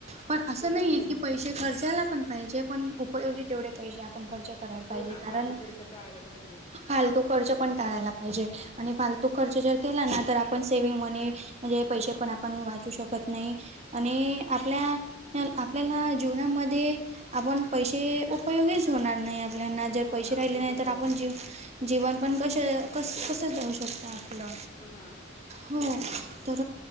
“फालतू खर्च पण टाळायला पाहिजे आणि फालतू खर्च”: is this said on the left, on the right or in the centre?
Right